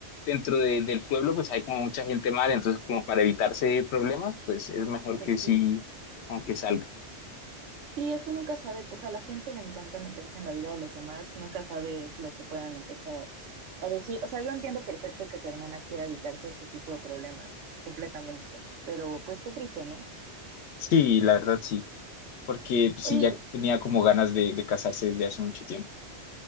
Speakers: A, on the left; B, on the right.
A: dentro de- del pueblo pues hay como mucha gente mala, entonces como para evitarse problemas, pues es mejor
B: pues
A: que sí,
B: sí.
A: como que salga.
B: Y es que nunca sabes, o sea, a la gente le encanta meterse en la vida de los demás, nunca sabes lo que puedan empezar a decir. O sea, yo entiendo perfecto que tu hermana quiera evitarse ese tipo de problemas completamente, pero pues qué triste, ¿no?
A: Sí, la verdad sí, porque pues,
B: Oye,
A: sí ya tenía como ganas de, de casarse desde hace mucho tiempo.